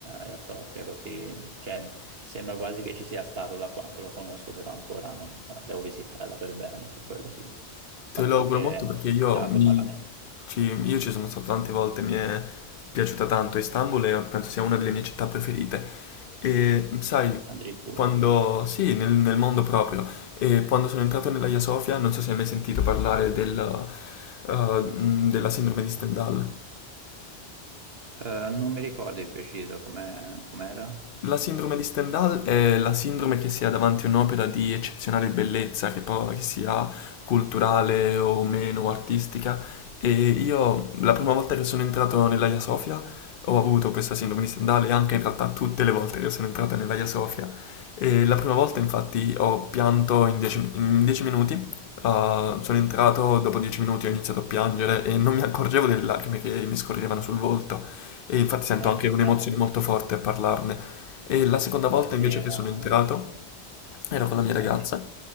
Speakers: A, on the right (about 65°); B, on the left (about 60°).
A: eh, a Sofia così cioè, sembra quasi che ci sia stato da quanto lo conosco, però ancora non eh, devo visitarla per bene, su quello sì.
B: te
A: Pa-
B: lo
A: tu
B: auguro
A: che
B: molto
A: hai
B: perché io,
A: dato,
B: mi,
A: parlamene
B: ci, io ci sono stato tante volte, mi è piaciuta tanto Istanbul e penso sia una delle mie città preferite. E sai,
A: addirittura.
B: quando... Sì, nel, nel mondo proprio. E quando sono entrato nella Hagia Sofia, non so se hai mai sentito parlare del, eh, mh, della sindrome di Stendhal.
A: Eh, non mi ricordo di preciso come com'era.
B: La sindrome di Stendhal è la sindrome che si ha davanti a un'opera di eccezionale bellezza, che, poi, che sia culturale o meno artistica. E io la prima volta che sono entrato nell'Aia Sofia ho avuto questa sindrome di Stendhal e anche in realtà tutte le volte che sono entrato nell'Aia Sofia. E la prima volta infatti ho pianto in 10 minuti. Uh, sono entrato, dopo 10 minuti ho iniziato a piangere e non mi accorgevo delle lacrime che mi scorrevano sul volto. E infatti sento
A: Eh,
B: anche
A: ci
B: un'emozione
A: sta.
B: molto forte a parlarne. E la seconda volta
A: Eh, sì,
B: invece
A: era...
B: che sono entrato ero con la mia ragazza
A: avevi-